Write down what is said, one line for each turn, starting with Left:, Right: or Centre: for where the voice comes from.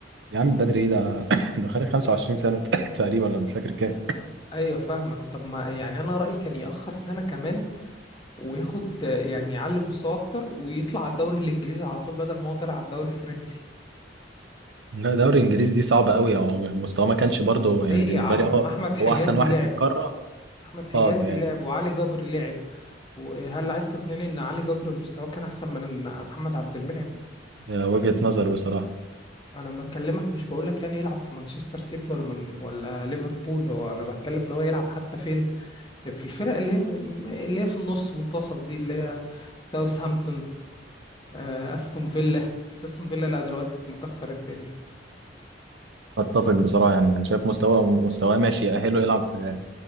Right: يا عم بدري ايه ده <coughs> ده خارج 25 سنه <laughs> <coughs> تقريبا ولا مش فاكر كام
Left: ايوه فاهمك طب ما يعني انا رأيي كان يأخر سنة كمان وياخد آه، يعني يعلي مستوى اكتر ويطلع على الدوري الانجليزي على طول بدل ما هو طلع على الدوري الفرنسي
Right: لا دوري انجليزي دي صعبه قوي هو مستواه ما كانش برضه يعني
Left: ليه
Right: بالنسبه
Left: يا عم
Right: لي اه
Left: احمد حجازي
Right: هو احسن واحد
Left: لعب
Right: في القاره
Left: احمد حجازي
Right: اه يعني
Left: لعب وعلي جبر لعب وهل عايز تقنعني ان علي جبر مستواه كان احسن من محمد عبد المنعم
Right: هي وجهة نظر بصراحة
Left: انا بكلمك مش بقول لك يعني يلعب في مانشستر سيتي ولا من ولا ليفربول هو انا بتكلم ان هو يلعب حتى فين في الفرق اللي هي اللي هي في النص منتصف دي اللي هي ساوثهامبتون آه، استون فيلا بس استون فيلا لا دلوقتي مكسر الدنيا
Right: اتفق بصراحة يعني انا شايف مستواه مستواه ماشي يأهله يلعب في